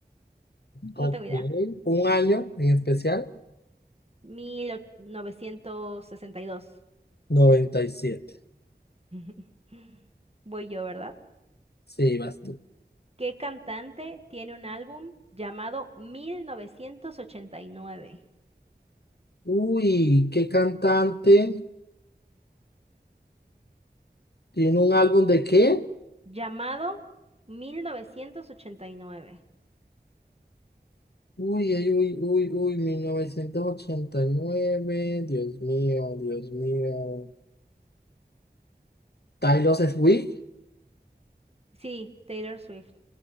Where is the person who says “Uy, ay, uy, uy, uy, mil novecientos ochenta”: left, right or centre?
Left